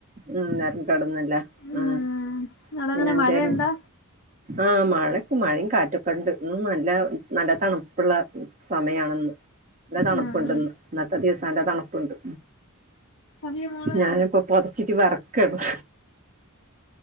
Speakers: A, on the right (about 35°); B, on the left (about 60°).
A: ഉം നേര കടന്നല്ല ഉ
B: ഉം അവ്ടെങ്ങനെ
A: പിന്നെ എന്തരുന്നു
B: മഴയുണ്ടാ
A: ആഹ മഴ മഴയും കാറ്റൊക്കെ ഉണ്ട് ഇന്ന് നല്ല നല്ല തണുപ്പുള്ള സമയണന്ന് നല്ല തണുപ്പുണ്ട്ന്ന്
B: ഉം
A: ഇന്നത്തെ ദിവസം നല്ല തണുപ്പുണ്ട്
B: അമയ മോള
A: ഞാനിപ്പോ പൊതച്ചിട്ട് വറക്കണം